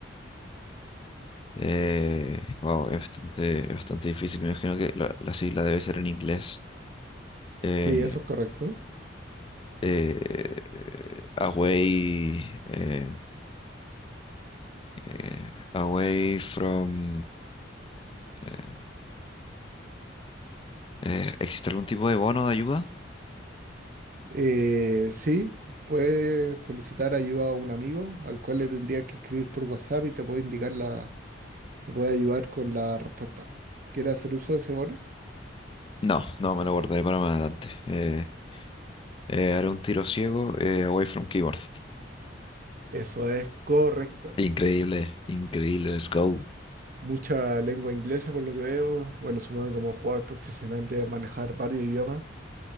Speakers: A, on the left (about 25°); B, on the right (about 45°).
A: Eh, wow, es bastante, es bastante difícil. Me imagino que la, la sigla debe ser en inglés. Eh,
B: Sí, eso es correcto.
A: eh, away, eh, eh, away from... eh, eh, ¿existe algún tipo de bono de ayuda?
B: Eh, sí, puedes solicitar ayuda a un amigo al cual le tendrías que escribir por WhatsApp y te puede indicar la Te puede ayudar con la respuesta. ¿Quieres hacer uso de ese bono?
A: No, no, me lo guardaré para más adelante. Eh, eh, haré un tiro ciego, eh, away from keyboard.
B: Eso es correcto.
A: Increíble, increíble, let's go.
B: Mucha lengua inglesa por lo que veo. Bueno, supongo que como jugador profesional debe manejar varios idiomas.